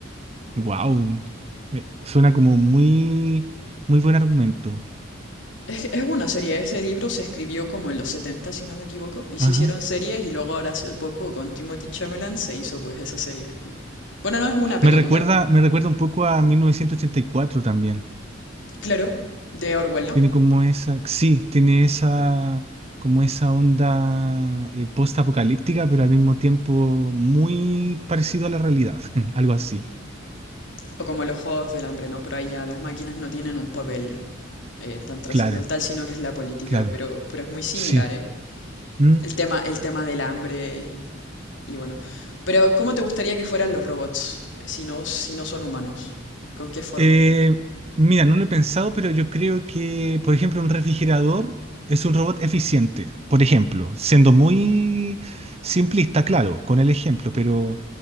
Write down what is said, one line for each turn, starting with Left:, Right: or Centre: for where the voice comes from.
Right: wow. suena como muy, muy buen argumento.
Left: Es, es una serie, ese libro se escribió como en los 70, si no me equivoco, y
Right: Ajá.
Left: se hicieron series y luego ahora hace poco con Timothy Chalamet se hizo pues esa serie. Bueno, no es una película,
Right: Me recuerda, me recuerda un poco a 1984 también.
Left: claro, de Orwell, ¿no?
Right: Tiene como esa, sí, tiene esa, como esa onda eh, post-apocalíptica, pero al mismo tiempo muy parecido a la realidad, <laughs> algo así.
Left: O como los Juegos del Hambre, ¿no? Pero ahí ya las máquinas no tienen un papel eh, tan trascendental,
Right: Claro,
Left: sino que es la política,
Right: claro,
Left: pero, pero es muy similar,
Right: sí.
Left: ¿eh?
Right: Mm.
Left: El tema, el tema del hambre y, Y bueno. Pero, ¿cómo te gustaría que fueran los robots? Si no, si no son humanos. ¿Con qué forma?
Right: Eh, mira, no lo he pensado, pero yo creo que, por ejemplo, un refrigerador es un robot eficiente, por ejemplo, siendo muy simplista, claro, con el ejemplo, pero